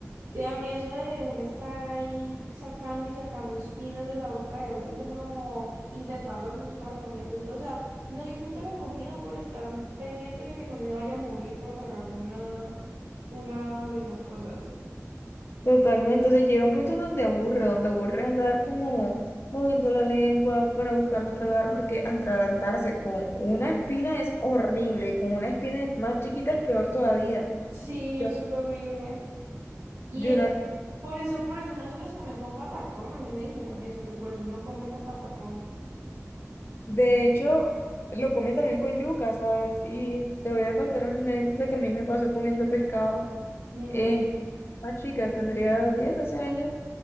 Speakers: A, on the right; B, on the left.
A: Sí, a mí eso de uno estar ahí sacando y sacando espinas de la boca de uno, o intentarlas buscar, no me gusta. O sea, no disfruto la comida por estar pendiente de que no me vaya a morir por tragarme una, una de esas cosas.
B: Totalmente, entonces llega un punto en donde aburre, donde aburre andar como moviendo la lengua para buscar no tragar, porque atragantarse con una espina es horrible, y con una espina más chiquita es peor todavía.
A: Sí,
B: Ya.
A: eso es horrible. Y
B: Yo
A: es,
B: una-
A: por eso, por eso no se los comen con patacón. A mí me dijeron eso, que por eso uno come con patacón.
B: de hecho, lo comen también con yuca, ¿sabes? Y te voy a contar una anécdota que a mí me pasó comiendo pescado
A: Dime.
B: en más chica, tendría 10 12 años.